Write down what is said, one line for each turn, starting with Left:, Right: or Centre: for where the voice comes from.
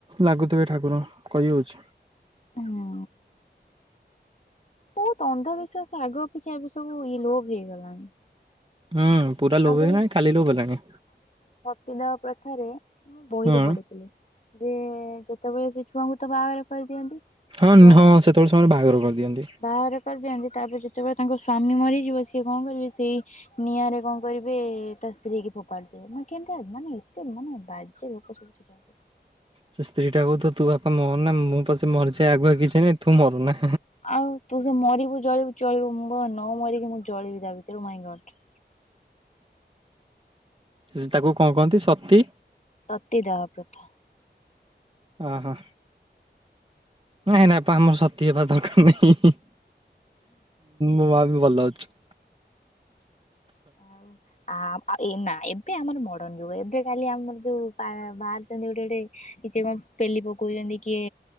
Right: ଲାଗୁଥିବେ ଠାକୁର କହି ହଉଛି।
Left: ହୁଁ ବହୁତ ଅନ୍ଧବିଶ୍ଵାସ ଆଗ ଅପେକ୍ଷା ଏବେ ସବୁ ଇ ଲୋପ୍ ହେଇଗଲାଣି।
Right: ହୁଁ ପୁରା ଲୋଭ
Left: ଆଗରୁ
Right: ହେଲାଣି, ଖାଲି ଲୋଭ ହେଲାଣି।
Left: ପୁରୁଣା ପ୍ରଥାରେ ମୁ ବହିରେ
Right: ହୁଁ।
Left: ପଢିଥିଲି। ଯେ ଯେତେବେଳେ ସେ ଛୁଆଙ୍କୁ ତ ବାହାଘର କରିଦିଅନ୍ତି। କି
Right: ହଁ
Left: ଛୁଆ,
Right: ହଁ ସେତେବେଳେ ସେମାନେ ବାହାଘର କରିଦିଅନ୍ତି।
Left: ବାହାରେ <unintelligible> ତାପରେ ଯେତେବେଳେ ତାଙ୍କ ସ୍ଵାମୀ ମରିଯିବ ସିଏ କଣ କରିବେ ସେଇ ନିଆଁରେ କଣ? <unintelligible> ତା ସ୍ତ୍ରୀ କି ପକାନ୍ତି। <unintelligible> ଏତେ ମାନ ବାଜ୍ୟେ ଲୋକେ ସବୁଥିଲେ ଆଗରୁ
Right: ସେ ସ୍ତ୍ରୀ ଟା କହୁଥିବ -ତୁ ବାପା ମରନା, ମୁଁ ପଛେ ମରିଯାଏ ଆଗୁଆ କିଛି ନାଇଁ, ତୁ ମରନା।
Left: ଆଉ ତୁ ଯୋଉ ମରିବୁ। ଚଳିବ ନ ମରିକି ମୁଁ ଜଳିବି ତା ଭିତରେ ମାଇଁ ଗଟ
Right: ସେ ତାକୁ କଣ କହନ୍ତି ସତୀ
Left: ସତୀଦାହ ପ୍ରଥା।
Right: ହ ହୋ ନାଇଁ ନାଇଁ ଥାଉ ମୁଁ ସତି ହେବା ଦରକାର ନାହିଁ, ମୋ ଭଲ ଅଛୁ।
Left: ଆଉ ଆ ଏ ନା ଏବେ ଆମର ମଡର୍ଣ ଯୁଗ ଏବେ କାଲି ଆମର ଯୋଉ ବାରୁଛନ୍ତି ଗୋଟେ ଗୋଟେ କିଛି କଣ ପେଲି ପକଉଚନ୍ତି କିଏ